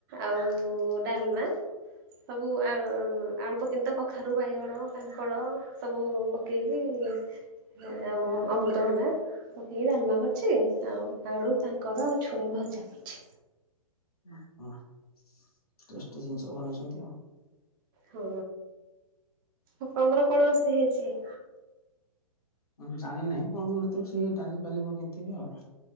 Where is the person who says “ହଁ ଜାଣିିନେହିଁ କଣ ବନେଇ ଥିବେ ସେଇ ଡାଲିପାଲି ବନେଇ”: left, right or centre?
Left